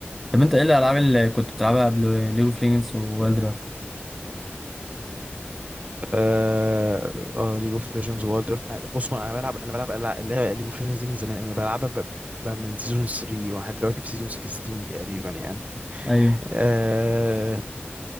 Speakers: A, in the centre; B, on the right.
A: طب انت ايه الالعاب اللي كنت بتلعبها قبل ليج اوف ليجندز ووايلد ريفت
B: آه ليج اوف ليجندز وورلد درافت. بص انا بلعب انا بلعب ليج اوف ليجندز دي من زمان قوي بلعبها ب- ب- من سيزون 3 واحد دلوقتي في سيزون 16 تقريبا يعني
A: ايوه
B: آه،